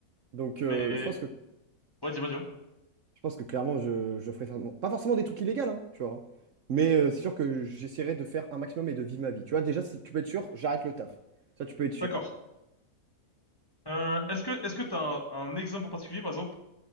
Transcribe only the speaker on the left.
Mais,
ouais, dis-moi, dis-moi.
D'accord. Euh, est-ce que, est-ce que t'as un, un exemple en particulier, par exemple?